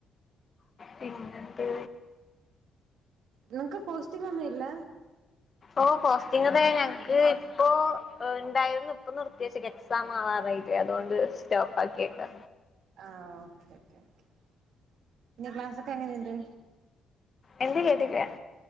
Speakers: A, on the left (about 35°); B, on the right (about 75°).
A: പിന്നെന്ത്
B: നിങ്ങക്ക് പോസിറ്റീവ് ഒന്നും ഇല്ല
A: ഓ പോസ്റ്റിങ്ങതെ ഞങ്ങക്ക് ഇപ്പോൊ.. ഓ ണ്ടായിരുന്നു ഇപ്പൊ നിർത്തി വെച്ചേക്കുകയാ എക്സാം ആവാറായിട്ടേ അതുകൊണ്ട് സ്റ്റോപ്പ് ആക്കിയേക്കാ.
B: ആ ഓക്കേ ഓക്കേ ഓക്കേ പിന്ന ക്ലാസ് ഒക്കെ എങ്ങനെണ്ട്?
A: എന്ത് കേട്ടക്ക